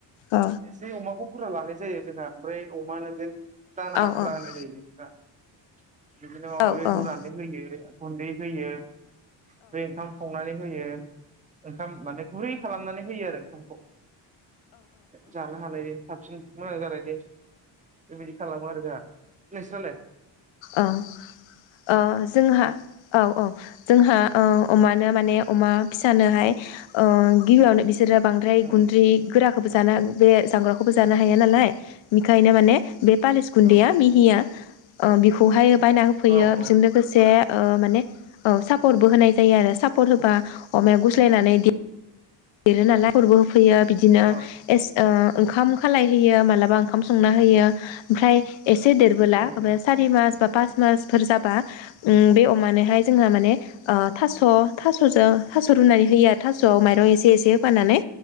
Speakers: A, on the left; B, on the right.
A: औ
B: एसे अमाखौ बुरजा लालै जायो जोंहा ओमफ्राय अमाजों दाना
A: औ
B: बुरजा
A: औ
B: होनाय जायो <unintelligible> बिदिनो माबा
A: औ
B: माबि रुनानै
A: औ
B: होयो गुन्दै होयो ओमफाय ओंखाम संनानै होयो ओंखाम माने गुरै खालामनानै होयो आरो ओंखामखौ जानो हानाय साबसिन मोजां जानायनि बेबाइदि खालामो आरो जोंहा नोंसोरलाय
A: अ अ जोंहा औ औ जोंहा ओ अमानो माने अमा फिसानोहाय ओ गिबियावनो बि बिसोर बांद्राय
B: उम
A: गुन्द्रि गोरा <unintelligible> बे जाग्राखौ जानो हाया नालाय बेनिखायनो माने बे पालिस गुन्दैया
B: औ
A: मिहिया बेखौहाय बायना होफैयो
B: औ
A: बेजों लोगोसे ओ माने औ सापर बो होनाय जायो आरो सापर होबा अमाया गुस्लायनानै देरो नालाय खरबो होफैयो बिदिनो
B: औ
A: ए ओंखाम खालाय होयो मालाबा ओंखाम संना होयो ओमफ्राय एसे देरबोला
B: उम
A: ओमफ्राय सारि मास बा पास मासफोर जाबा बे अमानोहाय जोंहा माने ओ थास' थास'जों थास' रुनानै होयो थास'आव माइरं एसे एसे होफाननानै